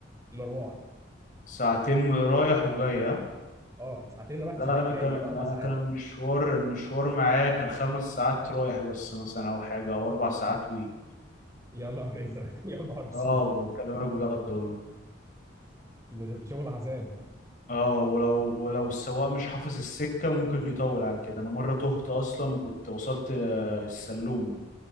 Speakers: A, on the right; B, on the left.
A: مروح
B: ساعتين م- رايح وجاي ها؟
A: اه ساعتين رايح
B: لا
A: وساعتين
B: انا
A: جاي
B: كان
A: يعني اربع
B: لا
A: ساعات
B: انا كان المشوار المشوار معايا كان خمس ساعات رايح بس مثلا او حاجه او اربع ساعات وي
A: يا نهار ازرق <laughs> يا نهار اسود
B: اه بكلمك بجد والله
A: ده كان شغل عذاب
B: اه ولو ولو السواق مش حافظ السكة ممكن يطول عن كده انا مرة تهت اصلا وكنت وصلت ل- السلوم